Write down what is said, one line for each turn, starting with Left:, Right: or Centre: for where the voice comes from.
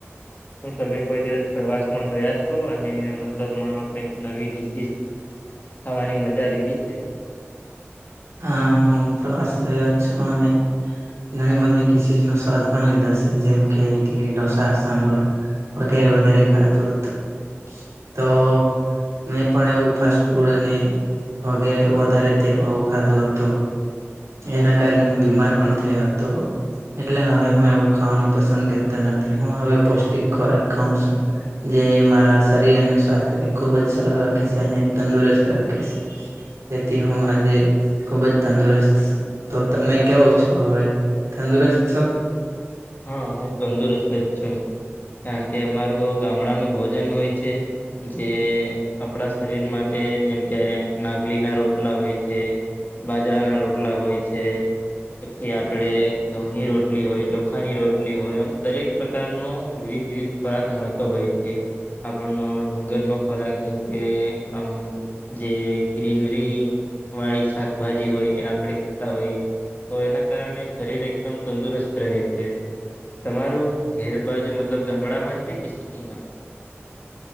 Left: તમે કોઈ દિવસ પ્રવાસમાં ગયા છો અને મતલબ કઈક નવી ખાવાની મજા લીધી છે?
Right: હા, હું પ્રવાસ ગયો છુ અને ઘણી બધી ડિશીશનો સ્વાદ પણ લીધા છે, જેમ કે, ઈડલી, ઢોસા, સાંબર વગેરે-વગેરે ખાધું હતું. તો મે પણ એવું ફાસ્ટ ફૂડ અને વગેરે વધારે તે ખાધુ હતું, એના કારણે હું બીમાર પણ થયો હતો. એટલે હવે હું એવું ખાવાનું પસંદ કરતો નથી. હું હવે પૌષ્ટિક ખોરાક ખાઉ છું. જે મારા શરીર અને સ્વાસ્થ્યને ખુબ જ સારું રાખે છે, અને તંદુરસ્ત રાખે છે. એથી હું આજે ખુબ જ તંદુરસ્ત. તો તમે કેવુ છો હવે? તંદુરસ્ત છો?
Left: હા, હું તંદુરસ્ત જ છું. કારણ કે અમારું હવ ગામડાનું ભોજન હોય છે જે આપડા શરીર માટે જેમ કે, નાગલીના રોટલા હોય છે બાજરાના રોટલા હોય છે, પછી આપડે ઘઉંની રોટલી હોય જો ખાની રોટલી હોય, એમ દરેક પ્રકારનું વિવિધ-વિવિધ પાક મહત્વ હોય છે. આપડન ડુંગરનો ખોરાક જેમ કે આમ જે ગ્રીનરી વાળી શાકભાજી હોય એ આપડે ખાતા હોઈએ. તો એના કારણે શરીર એકદમ તંદુરસ્ત રહે છે. <unintelligible> તમારું ઘેર બાજુ મતલબ ગામડામાં છે કે સિટીમાં?